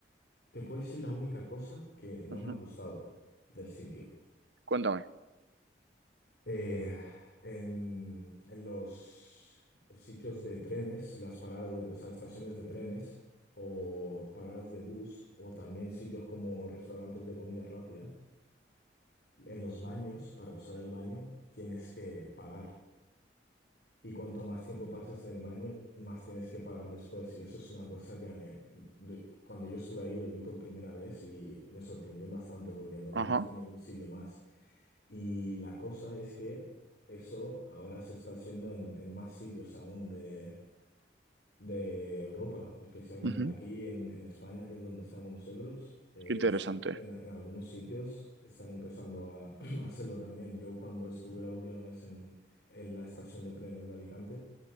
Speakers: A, on the left (about 60°); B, on the right (about 75°).
A: te puedo decir la única cosa que no
B: Ujú.
A: me ha gustado del sitio.
B: Cuéntame.
A: Eh, en, en los sitios de trenes, las paradas, de- o sea, estaciones de trenes o paradas de bus, o también sitios como restaurantes de comida rápida, en los baños, para usar el baño, tienes que pagar. Y cuanto más tiempo pases en el baño, más tienes que pagar después. Y eso es una cosa que eh, y- de- cuando yo estuve ahí lo vi por primera vez y me sorprendió bastante porque no lo he
B: Ajá.
A: visto en ningún sitio más. Y la cosa es que eso ahora se está haciendo en, en más sitios aún de, de Europa, especialmente
B: ujú.
A: aquí en, en España, que es donde estamos nosotros. Es-
B: Qué interesante.
A: en, en algunos sitios están empezando a, <clears throat> a hacerlo también. Yo cuando estuve la última vez en, en la estación de trenes de Alicante,